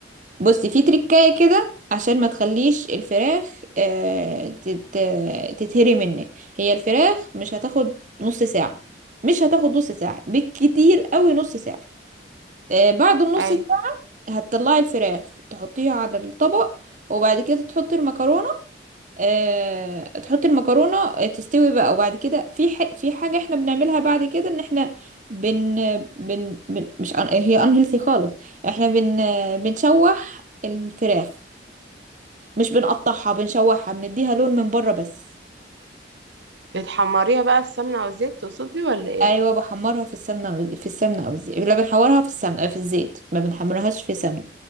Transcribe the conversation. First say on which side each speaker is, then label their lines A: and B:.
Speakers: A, on the right; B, on the right.
A: بصي في تريكاية كده عشان ما تخليش الفراخ آه، تت... تتهري منك هي الفراخ مش هتاخد نص ساعة مش هتاخد نص ساعة بالكتير قوي نص ساعة آه، بعد النص
B: ايوه
A: ساعة هتطلعي الفراخ تحطيها على الطبق وبعد كده تحطي المكرونة آه، تحطي المكرونة آه، تستوي بقى وبعد كده في ح... في حاجة احنا بنعملها بعد كده ان احنا بن بن, بن... مش أن... هي unhealthy خالص احنا بن بنشوح الفراخ مش بنقطعها بنشوحها بنديها لون من بره بس
B: بتحمريها بقى في سمنة او زيت تقصدي ولا ايه
A: ايوه بحمرها في السمنه أو في السمنه او الزيت لا بنحورها في السمنه في الزيت ما بنحمرهاش في سمنه